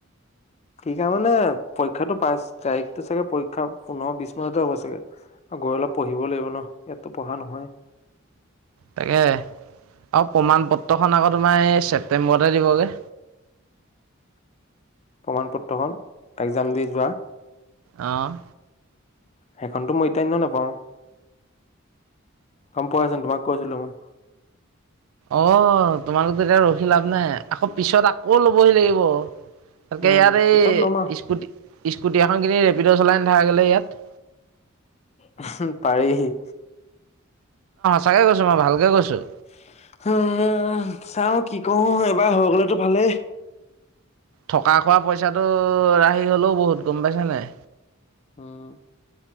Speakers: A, on the left; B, on the right.
A: কি কাৰণে, মানে পৰীক্ষাটো পাইচ তাৰিখতটো চাগে পৰীক্ষা পোন্ধৰ -বিশ মানতে হ'ব চাগে। আ গৈ অলপ পঢ়িব লাগিব ন। ইয়াতটো পঢ়া নহয়।
B: তাকেহ। অ'প্ৰমাণ পত্ৰখন আকৌ তোমাৰ এই ছেপ্তেম্বৰতহে দিবগে।
A: <inaudible> প্ৰমাণ পত্ৰখন একজাম দি যোৱা
B: অ',
A: সেইখনতো মই এতিয়া এনেওঁ নাপাওঁ। <unintelligible> তোমাক কৈছিলোঁ মই৷
B: অ' তোমালোক তেতিয়া ৰখি লাভ নাই৷আকৌ পিছত আকৌ লবহি লাগিব৷ তাকে
A: উম
B: ইয়াত
A: পিছত ল'ম আৰু
B: এই স্কুটি-স্কুটি এখন কিনি ৰেপিড চলাই নথাকা কেলে ইয়াত?
A: <unintelligible> পাৰি।
B: সচাঁকে কৈছোঁ মই, ভালকে কৈছোঁ৷
A: <unintelligible> চাওঁ কি কৰো এবাৰ হৈ গলেতো ভালেই৷
B: থকা খোৱা পইচাটো ৰাহি হলেও বহুত গম পাইছা নাই?
A: উম,